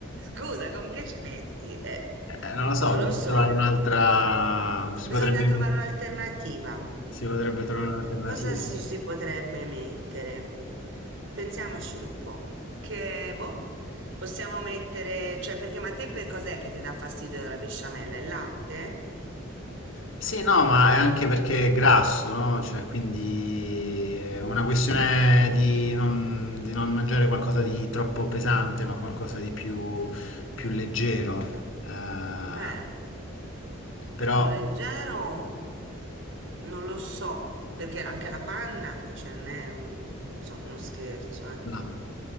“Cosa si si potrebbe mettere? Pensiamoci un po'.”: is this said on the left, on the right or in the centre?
Right